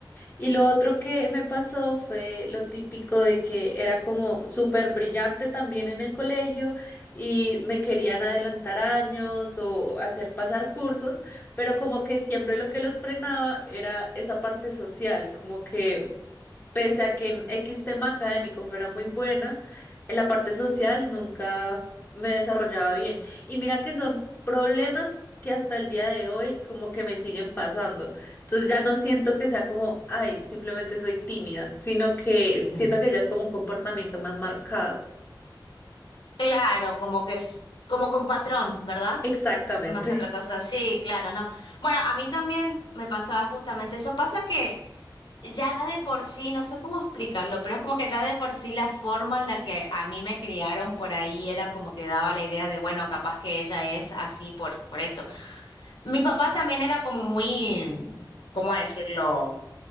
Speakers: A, on the left; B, on the left.
A: Y lo otro que me pasó fue lo típico de que era como súper brillante también en el colegio y me querían adelantar años o hacer pasar cursos, pero como que siempre lo que los frenaba era esa parte social, como que pese a que en X tema académico fuera muy buena, en la parte social nunca me desarrollaba bien. Y mira que son problemas que hasta el día de hoy como que me siguen pasando. Entonces ya no siento que sea como, ay, simplemente soy tímida, sino que siento
B: Mm.
A: que ya es como un comportamiento más marcado.
B: Claro, como que es como con patrón, ¿verdad?
A: Exactamente.
B: Más que otra cosa, sí, claro, no. Bueno, a mí también me pasaba justamente eso. Pasa que Ya de por sí, no sé cómo explicarlo, pero es como que ya de por sí la forma en la que a mí me criaron por ahí era como que daba la idea de, bueno, capaz que ella es así por, por esto. Mi papá también era como muy, ¿cómo decirlo?